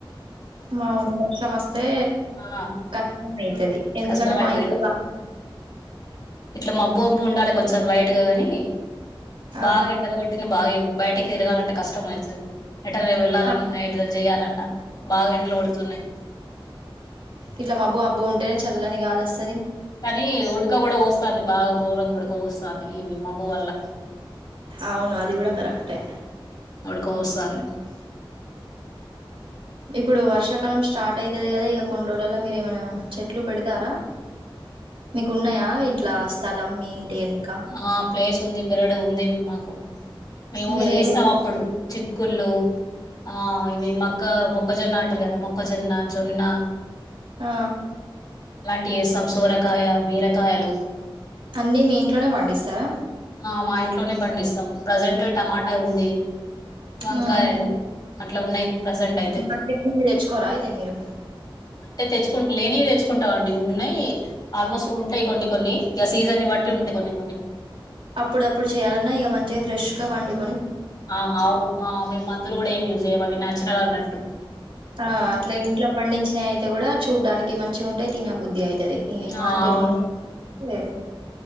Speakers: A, on the right; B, on the left.
A: మామూలు వర్షం వస్తే
B: ఆ
A: కష్టం అవుతుది ఎందుకంటే
B: కష్టం అయితది
A: మా ఇల్లు కా
B: ఇట్లా మబ్బుమబ్బు ఉండాలే కొంచెం లైట్ టు కాని
A: ఆ
B: బాగా ఎండలు కొట్టిన బాగా బయటికి తిరగాలంటే కష్టం అయితది ఎటన్నా వెళ్ళాలన్నా
A: ఆ
B: ఏదన్నా చెయాలన్నా బాగా ఎండలు కొడుతున్నాయి
A: ఇట్లా మబ్బు మబ్బు ఉంటే చల్లని గాలి వస్త
B: కానీ ఉడక కూడా పోస్తంది బాగా ఘోరంగా ఉడక పోస్తుంది ఈ మబ్బు వల్ల
A: అవును అది కూడా కరెక్టే
B: కోస్తాది
A: ఇప్పుడు వర్షాకాలం స్టార్ట్ అయితుది కదా ఇగా కొన్ని రోజులల్ల మీరు ఏమైనా చెట్లు పెడతారా మీకు ఉన్నాయా ఇంట్లా స్థలం మీ వెనుక
B: ఆ ప్లేస్ ఉంది పెరడు ఉంది మాకు మేము
A: మీరేమి
B: ఇ వేస్తాం అప్పుడు చిక్కుళ్ళు ఆ ఇవి మొక్క మొక్కజొన్న అంటారు కదా మొక్కజొన్న జొన్న
A: ఆ
B: టిసం సొరకాయ బీరకాయలు
A: అన్నీ మీ ఇంట్లోనే పండిస్తారా
B: ఆ మా ఇంట్లోనే పండిస్తాం ప్రెసెంట్ టమాటా ఉంది వంకాయలు
A: ఉమ్
B: అట్లా ఉన్నాయి ప్రెసెంట్ అయితే
A: మార్కెట్ నుండి తెచ్చుకోరా అయితే మీరు
B: అంటే తెచ్చుకుంట లేని తెచ్చు కుంటామండి ఉన్నాయి ఆల్మోస్ట్ ఉంటాయి కొన్ని కొన్ని ఇగ సీజన్ బట్టి ఉంటాయి కొన్ని కొన్ని
A: అప్పుడప్పుడు చేయాలన్నా ఇ గ మంచిగా ఫ్రెష్ గా వండు
B: ఆ అవును మేము మందులు కూడా ఏం యూజ్ చేయ్యము అవి నాచురల్ అన్నట్టు.
A: ఆ అట్లా ఇంట్లో పండించినయి అయితే కూడా చూడ్డానికి మంచిగా ఉంటాయి తినబుద్ధి అయి తది ఈ మార్కెట్
B: ఆ అవును
A: నుండి తే